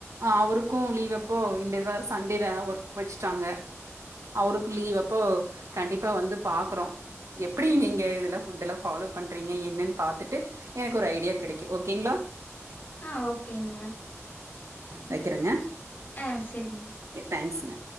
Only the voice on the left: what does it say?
ஆஹ் ஓகேங்க
ஆஹ் செரிங்